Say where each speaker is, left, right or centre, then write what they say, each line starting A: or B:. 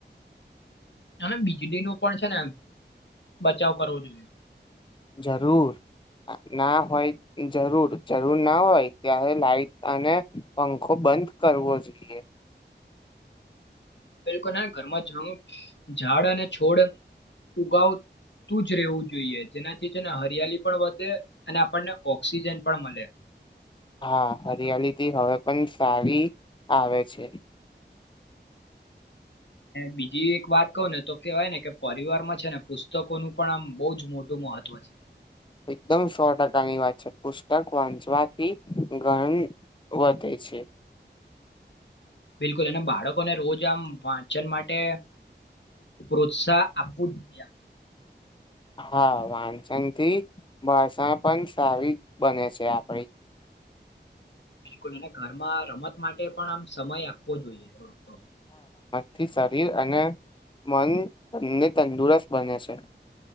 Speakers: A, on the left; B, on the left.
A: અને વીજળી ન પણ છે ને એમ બચાવ કરવો જોઈએ.
B: જરૂર. ના હોય જરૂર જરૂર ના હોય ત્યારે લાાઈટ અને પંખો બંધ કરવો જોઈએ.
A: બિલકુલ હ ઘરમાં જંગ ઝાડ અને છોડ ઉગાવ તું જ રહેવું જોઈએ જેનાથી છે ને હરિયાલી પણ વધે અને આપણને ઓક્સિજન પણ મળે
B: હા, હરિયાલીથી, હવે પણ સારી આવે છે.
A: બીજી એક વાત કહ ને, તો કેવાય ને કે પરિવારમાં છેને, પુસ્તકોનું પણ આમ બહુજ મોટું મહત્વ છે.
B: એકદમ સો ટકાની વાત છે, પુસ્તક વાંચવાથી ગાળ. વધે છે.
A: બિલકુલ અને બાળકોને, રોજ આમ વાંચન માટે પ્રોત્સાહ આપવો, જ જોઈએ.
B: હા, વાંચનથી, ભષણ પણ સારી બને છે, આપડી.
A: બિલકુલ અને ઘરમાં રમત માટે પણ આમ સમય આપવો જોઈએ, થોડોક તો
B: થી, શરીર અને મનને તંદુરસ્ત બને છે.